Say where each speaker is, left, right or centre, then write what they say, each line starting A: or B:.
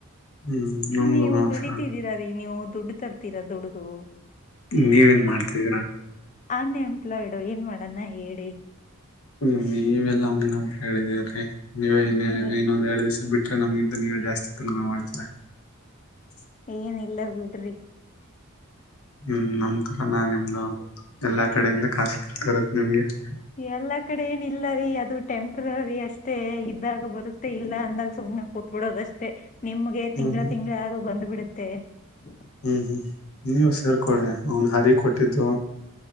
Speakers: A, on the left (about 80°); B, on the left (about 35°).
A: ಹ್ಮ್ ನಮಗು
B: ನೀವು
A: ಭಷ
B: ದುಡಿತಿದ್ದೀರಾ ರೀ ನೀವು ದುಡ್ಡು ತರ್ತೀರಾ ದುಡ್ಡದು
A: ನೀವನ್ ಮಾಡ್ತಿದರ
B: ಅನ್ಎಂಪ್ಲಾಯ್ಡು ಏನ್ ಮಾಡನ್ನ ಹೇಳಿ
A: ಹ ಮೇ್ ಎಲ್ಲಾ ಉಂದ್ <inaudible> ಹೇಳಿದ್ರಿ.. <inaudible> ನೀವ, ಇನ್ನ,
B: ಹ್ಮ
A: ಇನ್ನೊಂದೆರಡ್, ದಿವಸ ಬಿಟ್ಟು.. <unintelligible> ನಮ್ಗಿಂತ, ನೀವೇ, ಜಾಸ್ತಿ ಉಳುಮೆ, ಮಾಡ್ತೀರ. <unintelligible>
B: ಏನ್, ಇಲ್ಲ, ಬಿಡ್ರಿ. <unintelligible>
A: ಹ್ಮ್, ನಮ್ ತರ ನಾ ನಿಮ್ದು! ಎಲ್ಲಾ ಕಡೆಯಿಂದ ಕಾಸು ಬಿಡ್ತಾ. ಇರೋದು, ನಿಮ್ಗೆ. <unintelligible>
B: ಎಲ್ಲಾ, ಕಡೆ ಏನಿಲ್ಲ! ರೀ ಅದು ಟೆಂಪ್ರರಿ, ಅಷ್ಟೇ ಇದ್ದಾಗ ಬರುತ್ತೆ? ಇಲ್ಲ ಅಂದಾಗ ಸುಮ್ನೆ ಕೂತ್ಬಿಡೋದಷ್ಟೇ. <unintelligible> ನಿಮ್ಗೆ,
A: ಹ್ಮ್
B: ತಿಂಗಳ,
A: ಹ್ಮ್
B: ತಿಂಗಳ, ಅದರು ಬಂದ್ ಬಿಡುತ್ತೆ. <unintelligible> ಅಂತೇ.. <inaudible>
A: ಹ್ಮ್, ಹ್ಮ್, ನೀವ ಸೇರ್ಕೊಳ್ಳಿ? ಅವನ್ ಹರಿ ಕೊಟ್ಟಿದ್ದು.